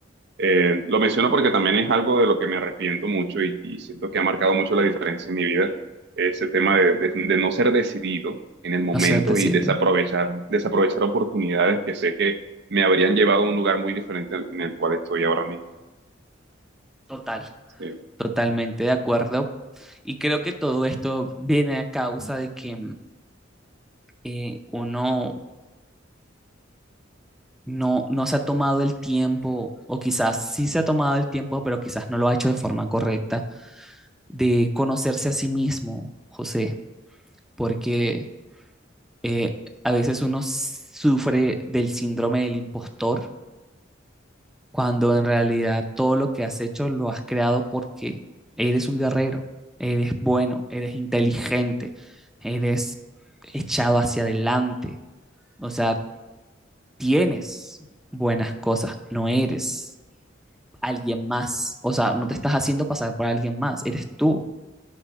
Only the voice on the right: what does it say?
Eh, lo menciono porque también es algo de lo que me arrepiento mucho y, y siento que ha marcado mucho la diferencia en mi vida, ese tema de, de- de no ser decidido en el momento
y desaprovechar, desaprovechar oportunidades que sé que me habrían llevado a un lugar muy diferente al- en el cual estoy ahora mismo.
Sí,